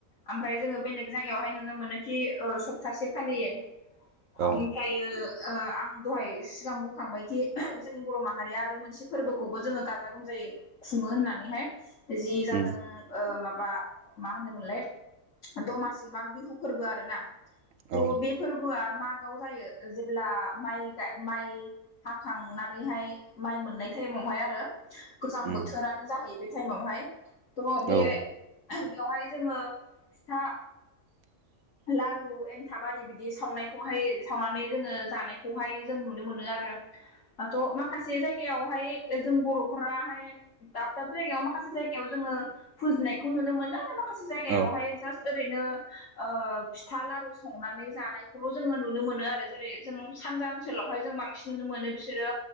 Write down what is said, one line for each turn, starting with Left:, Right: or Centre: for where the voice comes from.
Left: ओमफ्राय जोङो बेलेग जायगायावहाय नुनो मोनोखि सप्तासे फालियो।
Right: औ
Left: ओमफ्रायो ओ आं दहाय सिगां बुंखांबायखि जोंनि बर' माहारिया आरो मोन मोनसे फोरबोखौबो जोङो गाजा गोमजायै खुङो होननानैहाय जि जादों
Right: उम
Left: ओ माबा मा होनोमोनलाय दमासि माग बिहु फोरबो आरो ना।
Right: औ
Left: थ' बे फोरबोआ मागाव जायो जेब्ला माइ माइ हाखांनानै माइ हाखांनानैहाय माइ मोन मोननाय टाइमावहाय आरो गोजां
Right: उम
Left: बोथोरानो जाहैयो बे थाइमावहाय बेवहाय
Right: औ
Left: जोङो फिथा
Right: <inaudible>
Left: लारु,। एन्थाब आरि बिदि सावनायखौहाय सावनानै जोङो जानायखौहाय जों नुनो मोनो आरो दाथ' माखासे जायगा जायगायावहाय जों बर'फोराहाय दाब दाब जायगायाव माखासे जायगायाव जोङो फुजिनायखौ नुनो मोन आरो माखासे जायगायावाहाय
Right: औ
Left: जा ओरैनो ओ फिथा लारु संनानै जानायखौल' जोङो नुनो मोनो आरो जेरै जों सानजा ओनसोलावहाय जों बांसिन नुनो मोनो बिसोरो